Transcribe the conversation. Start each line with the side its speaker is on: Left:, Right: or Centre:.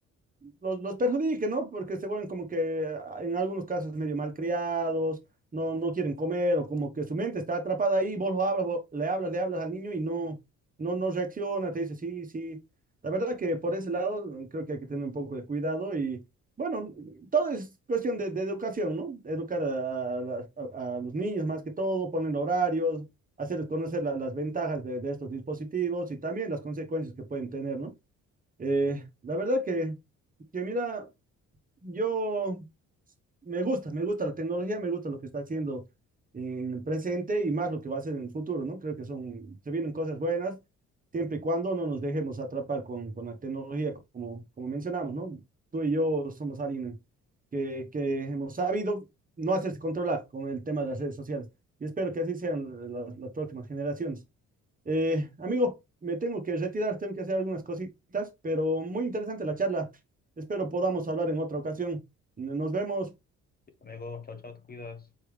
Right: los, los perjudique, ¿no? Porque se vuelven como que ah, en algunos casos medio malcriados, no, no quieren comer o como que su mente está atrapada ahí, vos lo hablas, vos- le hablas, le hablas al niño y no, no, no reacciona, te dice sí, sí. La verdad que por ese lado eh, creo que hay que tener un poco de cuidado y bueno, todo es cuestión de, de educación, ¿no? Educar a, a la- a- a los niños más que todo, poner horarios, hacerles conocer la- las ventajas de, de estos dispositivos y también las consecuencias que pueden tener, ¿no? Eh, la verdad que que mira, yo me gusta, me gusta la tecnología, me gusta lo que está haciendo en el presente y más lo que va a hacer en el futuro, ¿no? Creo que son, se vienen cosas buenas, siempre y cuando no nos dejemos atrapar con, con la tecnología, como, como mencionamos, ¿no? Tú y yo somos alguien que, que hemos sabido no hacerse controlar con el tema de las redes sociales. Y espero que así sean las, las próximas generaciones. Eh, amigo, me tengo que retirar, tengo que hacer algunas cositas, pero muy interesante la charla. Espero podamos hablar en otra ocasión. Nos vemos.
Left: Amigo, chao, chao, te cuidas.